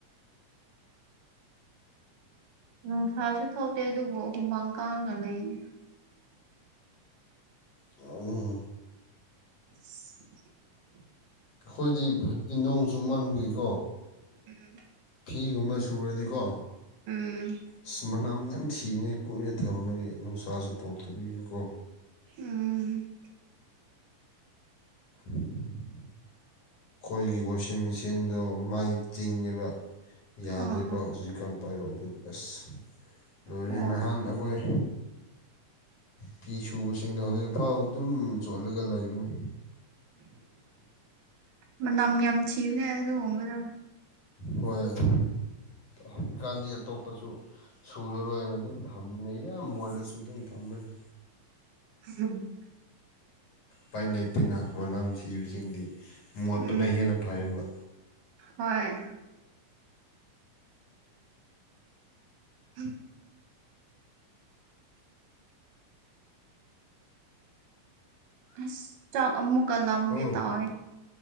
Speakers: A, on the right; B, on the left.
A: ꯅꯨꯡꯁꯥꯁꯨ ꯊꯣꯛꯇꯦ ꯑꯗꯨꯕꯨ ꯍꯨꯃꯥꯡ ꯀꯥꯡꯒ ꯂꯩꯔꯤ
B: <unintelligible>
A: <inaudible>
B: ꯑꯈꯣꯏꯗꯤ ꯐ ꯅꯣꯡ ꯆꯨꯃꯟꯕꯒꯤꯀꯣ
A: ꯎꯝ
B: ꯐꯤꯒꯨꯝꯕ ꯁꯨꯔꯗꯤꯀꯣ
A: ꯎꯝ
B: ꯑꯁ ꯃꯅꯝ ꯌꯥꯝ ꯊꯤꯕꯅꯦ ꯀꯨꯏꯅ ꯊꯝꯃꯗꯤ ꯅꯨꯡꯁꯥꯁꯨ ꯊꯣꯛꯇꯕꯤꯒꯤꯀꯣ
A: ꯎꯝ
B: <inaudible> ꯈꯣꯏꯒꯤ ꯋꯥꯁꯤꯡ ꯃꯦꯆꯤꯟꯗꯣ ꯃꯥꯏ ꯆꯤꯡꯉꯤꯕ ꯌꯥꯗ꯭ꯔꯤꯕ
A: ꯑꯣ
B: ꯍꯧꯖꯤꯛ ꯀꯟ ꯄꯥꯏꯕ ꯑꯗꯨꯒꯤ ꯑꯁ ꯂꯣꯏꯔꯦ
A: ꯑꯣ
B: ꯅꯍꯥꯟ ꯑꯈꯣꯏ ꯐꯤ ꯁꯨꯕꯁꯤꯡꯗꯣ ꯍꯧꯖꯤꯛꯐꯥꯎ ꯑꯗꯨꯝ ꯆꯣꯠꯂꯒ ꯂꯩꯕꯅꯤ
A: ꯃꯅꯝ ꯌꯥꯝ ꯊꯤꯕꯅꯦ ꯑꯗꯨꯒꯨꯝꯕꯗꯣ
B: ꯍꯣꯏ ꯑꯗꯨ ꯍꯧꯀꯥꯟꯗꯤ ꯑꯇꯣꯞꯄꯁꯨ ꯁꯨꯔꯔꯣꯏꯅ ꯑꯗꯨꯝ ꯊꯝꯅꯦ ꯌꯥꯝ ꯃꯣꯠꯂꯁꯨ ꯑꯗꯨꯝ ꯊꯝꯃꯅꯤ
A: <inaudible>
B: ꯄꯥꯏ ꯂꯩꯇꯦꯅ ꯃꯅꯝ ꯊꯤꯕꯁꯤꯡꯗꯤ ꯃꯣꯠꯄꯅ
A: ꯎꯝ
B: ꯍꯦꯟꯅ ꯐꯔꯤꯕ
A: ꯍꯣꯏ <unintelligible> ꯑꯁ ꯆꯥꯛ ꯑꯃꯨꯛꯀ ꯂꯝꯒꯦ
B: ꯍꯣ
A: ꯇꯥꯎꯋꯦ